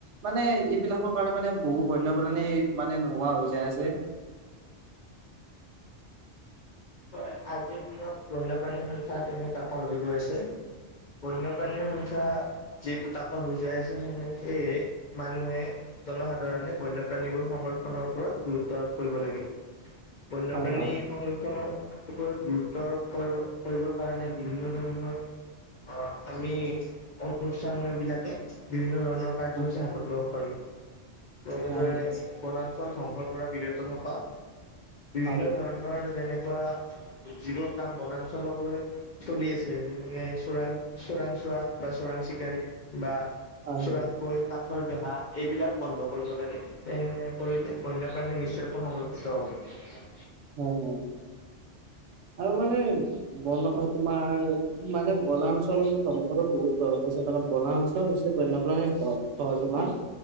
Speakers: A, on the right; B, on the left.
A: মানে এইবিলাকৰ কাৰণে মানে বহু বন্যপ্ৰাণী মানে নোহোৱা হৈ যায় আছে।
B: হয় আজিৰ দিনত বন্যপ্ৰাণীৰ সংখ্যা তেনে তাকৰ হৈ গৈ আছে। বন্যপ্ৰাণীৰ সংখ্যা যিহেতু তাকৰ হৈ যায় আছে মানে সেই মানুহে জনসাধাৰণে বন্যপ্ৰাণীবোৰ সংৰক্ষণৰ ওপৰত গুৰুত্ব আৰোপ কৰিব লাগে। বন্যপ্ৰাণী
A: হয় হয়
B: সংৰক্ষণৰ ওপৰত গুৰুত্ব আৰোপ কৰিব কৰিবৰ কাৰণে বিভিন্ন ধৰণৰ অ আমি অনুষ্ঠান বিলাকে বিভিন্ন ধৰণৰ কাৰ্যসূচী
A: হয়
B: হাতত লওঁ। আৰু যেনেদৰে
A: হয় হয়
B: বনাঞ্চল ধ্বংসৰ পৰা বিৰত থকা বিভিন্ন
A: হয়
B: ধৰণৰ যেনেকুৱা যিবোৰ কাম বনাঞ্চলক লৈ চলি আছে যেনেকে চোৰাং চোৰাংচোৱা বা চোৰাং চিকাৰী বা
A: হয়
B: চোৰাংকৈ কাঠৰ বেহা, এইবিলাক বন্ধ কৰিব লাগে, তেনে কৰিলে বন্যপ্ৰাণী নিশ্চয়কৈ সংৰক্ষিত হ'ব।
A: উম উম। আৰু মানে ব'ন তোমাৰ মানে বনাঞ্চল ধ্বংসটো বহুত হৈছে কাৰন বনাঞ্চল হৈছে বন্যপ্ৰাণীৰ ঘৰ, অ তোমাৰ